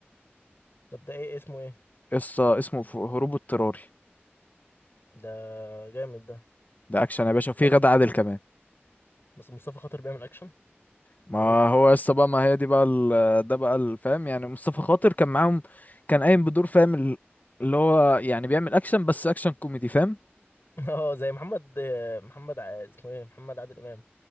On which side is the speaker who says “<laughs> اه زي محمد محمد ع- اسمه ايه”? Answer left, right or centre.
Left